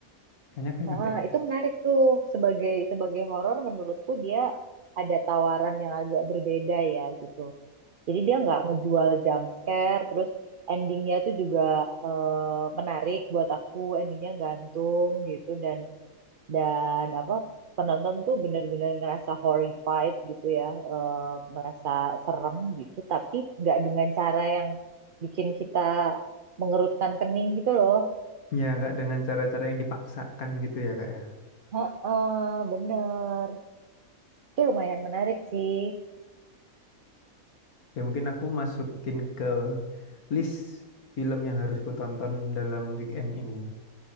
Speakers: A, on the left; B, on the right.
A: Kayaknya aku ingat
B: Ah,
A: deh.
B: itu menarik tuh sebagai sebagai horor menurutku dia ada tawaran yang agak berbeda ya gitu. Jadi dia nggak ngejual jump scare, terus endingnya tuh juga eh, menarik buat aku, endingnya gantung gitu dan dan apa penonton tuh bener-bener ngerasa horrified gitu ya eh, merasa serem gitu tapi nggak dengan cara yang bikin kita mengerutkan kening gitu loh
A: Ya, nggak dengan cara-cara yang dipaksakan gitu ya kak ya.
B: Heeh, bener itu lumayan menarik sih
A: Oke, mungkin aku masukin ke list film yang harus ku tonton dalam weekend ini.